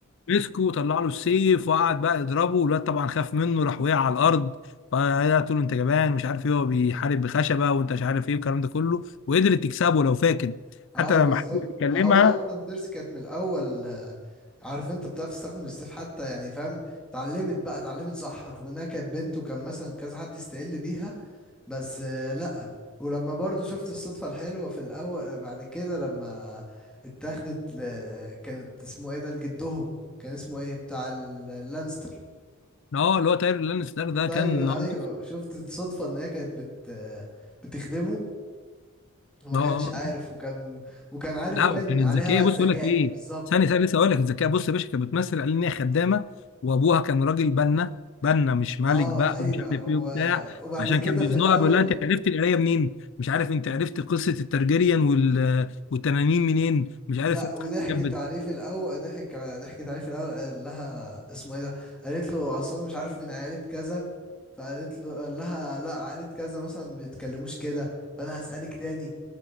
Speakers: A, on the left; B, in the centre.
A: مسكه وطلع له السيف وقعد بقى يضربه والواد طبعا خاف منه راح وقع على الارض فقالت له انت جبان مش عارف ايه هو بيحارب بخشبه وانت مش عارف ايه والكلام ده كله وقدرت تكسبه لو فاكر حتى
B: اه
A: لما
B: بالظبط
A: حاول يكلمها
B: ما هو اصلا سيرسي كانت من الاول آه، عارف انت بتعرف تستخدم السيف حتى يعني فاهم اتعلمت بقى اتعلمت صح رغم انها كانت بنت وكان مثلا كذا حد يستقل بيها بس آه، لأ ولما برضو شفت الصدفة الحلوة في الأول بعد كده لما اتاخدت ل... كانت اسمه ايه ده لجدهم كان اسمه ايه بتاع ال- اللانستر
A: اه اللي هو تاير لانستر ده
B: طير
A: كان اه
B: ايوه شفت الصدفة ان هي كانت بت... آه، بتخدمه وما
A: آه.
B: كانش عارف وكان وكان عارف
A: لا
B: باين
A: وكانت
B: عليها
A: ذكيه
B: بقى الذكاء
A: بص اقول لك ايه
B: بالظبط
A: ثانيه ثانيه لسه اقول لك الذكيه بص يا باشا كانت بتمثل على ان هي خدامه وابوها كان راجل بنا بنا مش ملك
B: اه
A: بقى
B: ايوه
A: ومش عارف
B: و...
A: ايه وبتاع
B: وبعد
A: عشان
B: كده
A: كان بيزنقها
B: في الأول
A: بيقول لها انت عرفت القرايه منين مش عارف انت عرفت قصه الترجريان وال... والتنانين منين مش عارف
B: لا وضحكت
A: كانت بت-
B: عليه في الاول ضحك ضحكت عليه في الاول قال لها اسمه ايه ده قالت له اصل انا مش عارف من عائله كذا فقالت له قال لها لا عائله كذا مثلا بيتكلموش كده فانا هسالك تاني